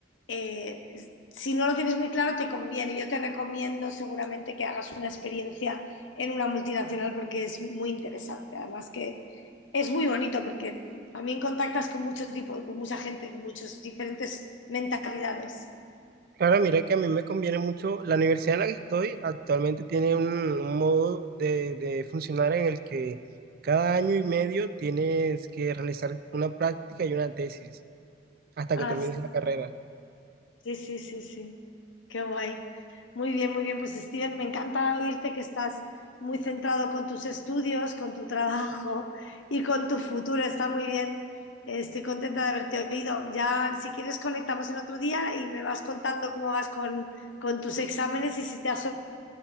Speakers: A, on the left; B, on the right.
A: eh, si no lo tienes muy claro, te conviene. Yo te recomiendo seguramente que hagas una experiencia en una multinacional porque es muy interesante. Además que es muy bonito porque también contactas con muchos tipos con mucha gente, con muchas diferentes mentalidades.
B: Claro, mira que a mí me conviene mucho, la universidad en la que estoy actualmente tiene un, un modo de, de funcionar en el que cada año y medio tienes que realizar una práctica y una tesis hasta
A: Así
B: que termines la carrera.
A: Sí, sí, sí, sí. Qué guay. Muy bien, muy bien. Pues Steven, me encanta oírte que estás muy centrado con tus estudios, con tu trabajo y con tu futuro. Está muy bien. Eh, Estoy contenta de haberte oído. Ya, si quieres, conectamos en otro día y me vas contando cómo vas con, con tus exámenes y si te has so-